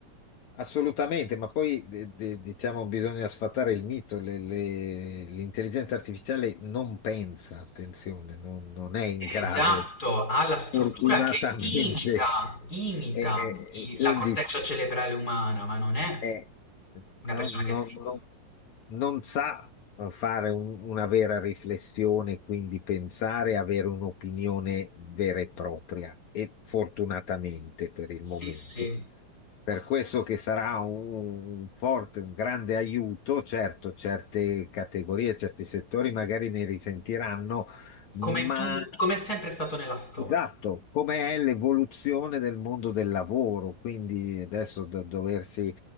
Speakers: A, on the left; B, on the left.
A: assolutamente, ma poi de- de- diciamo bisogna sfatare il mito, le- le- l'intelligenza artificiale non pensa, attenzione, non non è in grado
B: Esatto, ha la struttura
A: fortunatamente.
B: che imita, imita
A: E, e-
B: i-
A: quindi
B: la corteccia cerebrale umana, ma non è
A: eh,
B: una
A: non,
B: persona che
A: non-
B: filma.
A: non- non sa fare un- una vera riflessione, quindi pensare, avere un'opinione vera e propria, e fortunatamente per il
B: Sì,
A: momento.
B: sì,
A: Per questo che sarà un, un forte, un grande aiuto, certo, certe categorie, certi settori magari ne risentiranno, ma
B: come tu, come è sempre stato nella storia.
A: Esatto, come è l'evoluzione del mondo del lavoro, quindi adesso da doversi